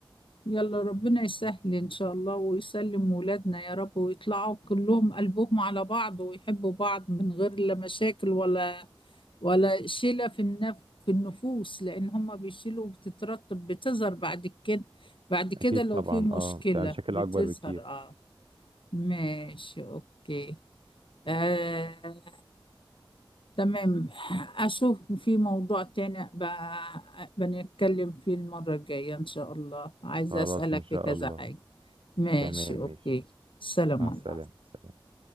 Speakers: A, on the left; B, on the right.
A: يلا ربنا يسهل إن شاء الله ويسلم ولادنا يا رب ويطلعوا كلهم قلبهم على بعض ويحبوا بعض من غير لا مشاكل ولا ولا شيلة في النف في النفوس لأن هما بيشيلوا وبتترتب بتظهر بعد كده بعد كده
B: اكيد
A: لو
B: طبعا
A: في مشكلة
B: اه بتبقى مشاكل
A: بتظهر
B: اكبر بكتير
A: اه ماشي اوكي آه، تمام اشوف في موضوع تاني بقى بنتكلم فيه المرة الجاية ان شاء الله عايزة
B: خلاص
A: اسألك
B: ان شاء
A: في كذا
B: الله
A: حاجة ماشي
B: تمام ماشي
A: اوكي سلام
B: مع السلامه
A: عليكم
B: سلام.